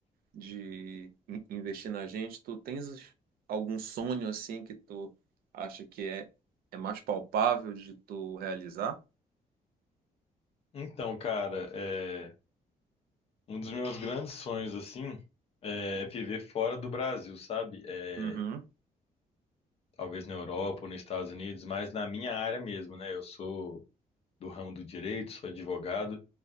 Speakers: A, on the right; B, on the left.
A: de in- investir na gente, tu tens algum sonho assim que tu acha que é, é mais palpável de tu realizar?
B: Então, cara, é. Um dos meus grandes sonhos, assim, é viver fora do Brasil, sabe? É,
A: Uhum,
B: talvez na Europa ou nos Estados Unidos, mas na minha área mesmo, né? Eu sou do ramo do direito, sou advogado,